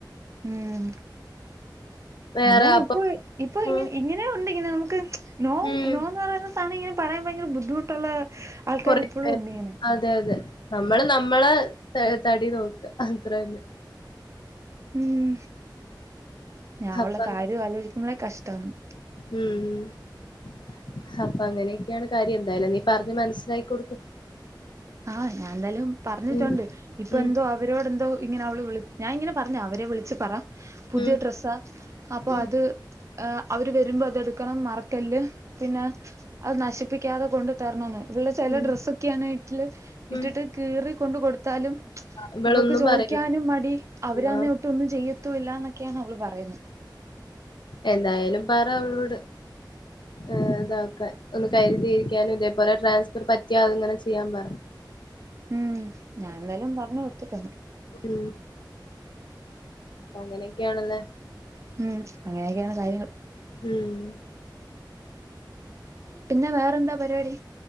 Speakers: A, on the right; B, on the left.
A: ഉം
B: വേറെ
A: അതാണ്
B: അപ്പൊ
A: ഇപ്പൊ ഇപ്പൊ ഇങ്ങ
B: ഉം
A: ഇങ്ങനേഉണ്ട് ഇങ്ങനെ നമുക്ക് നോ
B: ഉം
A: നോന്ന് പറയുന്ന സാന ഇങ്ങനെ പറയാ ഭയങ്കര ബുദ്ധിമുട്ടുള്ള ആൾക്കാർ
B: കൊറേ
A: ഇപ്പോഴും
B: പേ അഹ്
A: ഉണ്ട് ഇങ്ങനെ
B: അതെ അതെ നമ്മള് നമ്മളെ തടി നോക്ക അത്ര തന്നെ
A: ഉം ഞാ അവൾടെ
B: അപ്പ അങ്ങനെ
A: കാര്യ ആലോജിക്കുമ്പളെ കഷ്ട്ടവാണ്
B: ഉം ഉം അപ്പങ്ങനെയൊക്കെയാണ് കാര്യം എന്തായാലും നീ പറഞ്ഞ് മനസ്സിലാക്കി കൊടുക്ക്
A: ആഹ് ഞാൻ എന്തായാലും പറഞ്ഞിട്ടുണ്ട്
B: ഉം
A: ഇപ്പൊ
B: ഉം
A: എന്തോ അവ അവരോട്ന്തോ ഇങ്ങനെ അവള് വിളി ഞാ ഇങ്ങനെ പറഞ് അവരെ വിളച്ച് പറ പുതിയ
B: ഉം
A: ട്രസ്സാ അപ്പൊ
B: ഉം
A: അത് ആഹ് അവര് വരുമ്പോ അതെടുക്കണം മറക്കല് പിന്നെ അത് നശിപ്പിക്കാതെ കൊണ്ട് തരണംന്ന് ഇവിടെ ചില
B: ഉം
A: ഡ്രസ്സൊക്കെയാണെ ട്ടില്
B: ഉം
A: ഇട്ടിട്ട് കീറി കൊണ്ട് കൊടുത്താലും
B: ഇവളൊന്നും
A: ഇവക്ക് ചോദിക്കാനും
B: പറയൂല
A: മടി അവരാന്നെ
B: ആ.
A: ട്ടൊന്നും ചെയ്യത്തൂല്ല എന്നൊക്കെയാണ് അവള് പറയുന്നെ
B: എന്തായാലും പറ അവളോട് ആഹ് ഇതാക്കാൻ ഒന്ന് കരുതിയിരിക്കാനും ഇതേപോലെ ട്രാൻസ്ഫർ പറ്റിയ അത്ങ്ങനെ ചെയ്യാൻ പറ
A: ഉം ഞാൻ എന്തായാലും പറഞ്ഞു കൊടുത്തിട്ടണ്ട്
B: ഉ അങ്ങനെയൊക്കെയാണല്ലെ
A: ഉം അങ്ങനെയൊക്കെയാണ് കാര്യങ്ങൾ
B: ഉം
A: പിന്നെ വേറെ എന്താ പരിപാടി